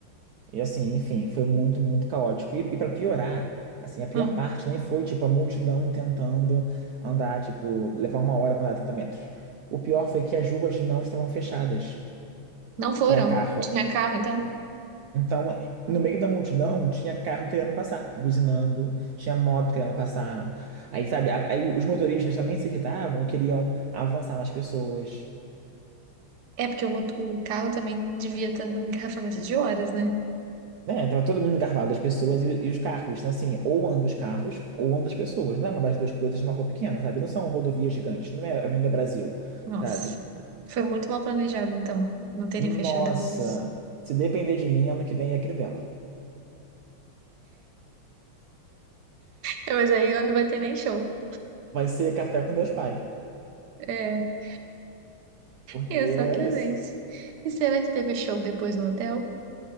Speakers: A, on the right (about 75°); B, on the right (about 60°).
A: E assim, enfim, foi muito, muito caótico. E, e para piorar, assim, a pior
B: Não,
A: parte nem foi, tipo, a multidão tentando andar, tipo, levar uma hora para andar 30 metros. O pior foi que as ruas não estavam fechadas
B: não foram.
A: para carro.
B: Tinha carro, então.
A: Então, no meio da multidão, tinha carro querendo passar, buzinando, tinha moto querendo passar. Aí, sabe, a- aí os motoristas também se irritavam, queriam avançar nas pessoas.
B: É porque o, mot- o carro também devia estar dando engarrafamento de horas, né?
A: É, tava todo mundo engarrafado, as pessoas e, e os carros. Então, assim, ou anda os carros, ou anda as pessoas. Não é uma das duas coisas de uma rua pequena, sabe? Não são rodovias gigantes, não é a Avenida Brasil,
B: Nossa,
A: sabe?
B: foi muito mal planejado, então, não terem
A: Nossa,
B: fechado a rua.
A: se depender de mim, ano que vem é Crivella.
B: É, Mas aí não vai ter nem show.
A: Vai ser café com Deus Pai.
B: É,
A: Porque
B: exatamente.
A: é isso.
B: E será que teve show depois no hotel?